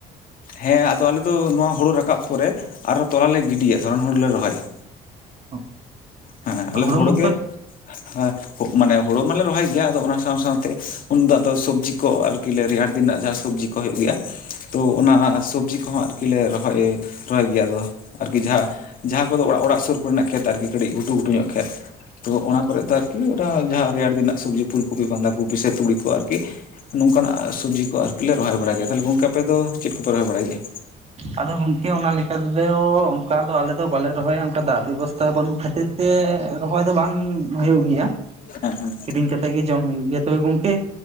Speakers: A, on the left; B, on the right.
A: ᱦᱮᱸ ᱟᱫᱚ ᱟᱞᱮ ᱫᱚ ᱱᱚᱣᱟ ᱦᱩᱲᱩ ᱨᱟᱠᱟᱵ ᱯᱚᱨᱮ, ᱟᱨᱚ ᱛᱚᱞᱟ ᱞᱮ ᱜᱤᱰᱤᱭᱟ ᱫᱷᱚᱨᱚᱱ ᱦᱩᱲᱩ ᱞᱮ ᱨᱚᱦᱚᱭᱟ᱾
B: <inaudible>
A: ᱦᱮᱸ ᱟᱞᱮ
B: ᱦᱩᱲᱩ
A: ᱫᱚ ᱦᱩᱲ
B: ᱢᱚᱛᱚᱡ?
A: ᱜᱮ, ᱦᱮᱸ ᱠᱚᱜ ᱢᱟᱱᱮ ᱦᱳᱲᱳ ᱢᱟᱞᱮ ᱨᱚᱦᱚᱭ ᱜᱮᱭᱟ ᱟᱫᱚ ᱚᱱᱟ ᱥᱟᱶ ᱥᱟᱶᱛᱮ ᱩᱱᱫᱚ ᱟᱫᱚ ᱥᱚᱵᱽᱡᱤ ᱠᱚ ᱟᱨᱠᱤ ᱨᱮᱭᱟᱲ ᱫᱤᱱ ᱱᱟᱜ ᱡᱟᱦᱟᱸ ᱥᱚᱵᱽᱡᱤ ᱠᱚ ᱦᱩᱭᱩᱜ ᱜᱮᱭᱟ᱾ ᱛᱚ ᱚᱱᱟ ᱥᱚᱵᱽᱡᱤ ᱠᱚᱦᱚᱸ ᱟᱨᱠᱤ ᱞᱮ ᱨᱚᱦᱚᱭ ᱨᱚᱦᱚᱭ ᱜᱮᱭᱟ ᱟᱫᱚ᱾ ᱟᱨᱠᱤ ᱡᱟᱦᱟᱸ, ᱡᱟᱦᱟᱸ ᱠᱚᱫᱚ ᱚᱲᱟᱜ ᱚᱲᱟᱜ ᱥᱩᱨ ᱠᱚ ᱨᱮᱱᱟᱜ ᱠᱷᱮᱛ ᱟᱨᱠᱤ ᱠᱟᱹᱴᱤᱡ ᱜᱷᱩᱴᱩ ᱜᱷᱩᱴᱩ ᱧᱚᱜ ᱠᱷᱮᱛ, ᱛᱚ ᱚᱱᱟ ᱠᱚᱨᱮᱜ ᱫᱚ ᱟᱨᱠᱤ ᱚᱱᱟ ᱡᱟᱦᱟᱸ ᱨᱮᱭᱟᱲ ᱫᱤᱱ ᱨᱮᱱᱟᱜ ᱥᱚᱵᱽᱡᱤ ᱯᱷᱩᱞ ᱠᱚᱯᱤ, ᱵᱟᱸᱫᱷᱟ ᱠᱚᱯᱤ, ᱥᱮ ᱛᱩᱲᱤ ᱠᱚ ᱟᱨᱠᱤ, ᱱᱚᱝᱠᱟᱱᱟᱜ ᱥᱚᱵᱽᱡᱤ ᱠᱚ ᱟᱨᱠᱤᱞᱮ ᱨᱚᱦᱚᱭ ᱵᱟᱲᱟᱭ ᱜᱮᱭᱟ, ᱾ ᱛᱟᱦᱚᱞᱮ ᱜᱚᱝᱠᱮ ᱟᱯᱮ ᱫᱚ ᱪᱮᱫ ᱠᱚᱯᱮ ᱨᱚᱦᱚᱭ ᱵᱟᱲᱟᱭ ᱜᱮᱭᱟ?
B: ᱟᱫᱚ ᱜᱚᱝᱠᱮ ᱚᱱᱟ ᱞᱮᱠᱟ ᱛᱮᱫᱚ ᱚᱝᱠᱟ ᱫᱚ ᱟᱞᱮ ᱫᱚ ᱵᱟᱞᱮ ᱨᱚᱦᱚᱭᱟ ᱚᱝᱠᱟ ᱫᱟᱜ ᱵᱮᱵᱚᱥᱛᱷᱟ ᱵᱟᱹᱱᱩᱜ ᱠᱷᱟᱹᱛᱤᱨ ᱛᱮ ᱨᱚᱦᱚᱭ ᱫᱚ ᱵᱟᱝ ᱦᱩᱭᱩᱜ ᱜᱮᱭᱟ᱾
A: ᱦᱮᱸ ᱦᱮᱸ᱾
B: ᱠᱤᱨᱤᱧ ᱠᱟᱛᱮᱫ ᱜᱮ ᱡᱚᱢ ᱦᱩᱭᱩᱜ ᱜᱮᱭᱟ᱾ ᱛᱚᱵᱮ ᱜᱚᱝᱠᱮ